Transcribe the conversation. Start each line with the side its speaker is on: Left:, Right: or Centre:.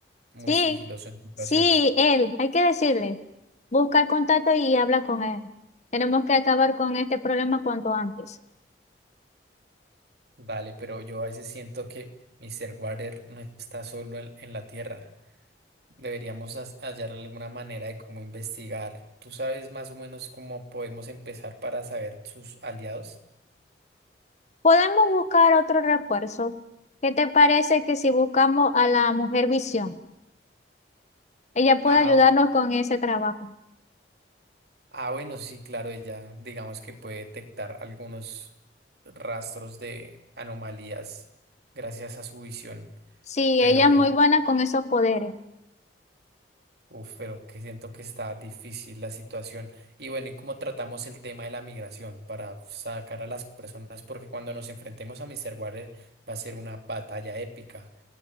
Right: muy
Left: Sí,
Right: sigiloso en situaciones.
Left: sí, él, hay que decirle, busca el contacto y habla con él. Tenemos que acabar con este problema cuanto antes.
Right: Vale, pero yo a veces siento que Mr. Water no está solo en, en la Tierra. Deberíamos has- hallar alguna manera de cómo investigar. ¿Tú sabes más o menos cómo podemos empezar para saber sus aliados?
Left: Podemos buscar otro refuerzo. ¿Qué te parece que si buscamos a la mujer visión? Ella puede
Right: Ah,
Left: ayudarnos
Right: ok.
Left: con ese trabajo.
Right: Ah, bueno, sí, claro, ella digamos que puede detectar algunos rastros de anomalías gracias a su visión,
Left: Sí,
Right: pero
Left: ella es muy buena con esos poderes.
Right: Uf, pero que siento que está difícil la situación. Y bueno, ¿y cómo tratamos el tema de la migración para sacar a las personas? Porque cuando nos enfrentemos a Mr. Water va a ser una batalla épica,